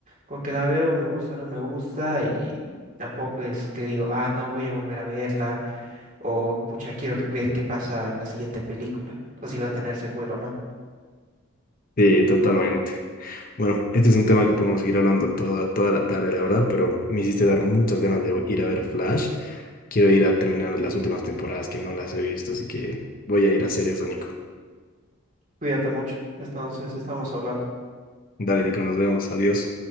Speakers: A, on the right; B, on the left.
A: porque la veo, me gusta, no me gusta y tampoco es que digo, ah, no, voy a volver a verla o pucha, quiero que- ver qué pasa en la siguiente película o si va a tener secuela o no.
B: Sí, totalmente. Bueno, este es un tema que podemos seguir hablando toda, toda la tarde, la verdad, pero me hiciste dar muchas ganas de ir a ver Flash. Quiero ir a terminar las últimas temporadas que no las he visto, así que voy a ir a hacer eso, Nico.
A: Cuídate mucho, entonces estamos hablando.
B: Dale, Nico, nos vemos. Adiós.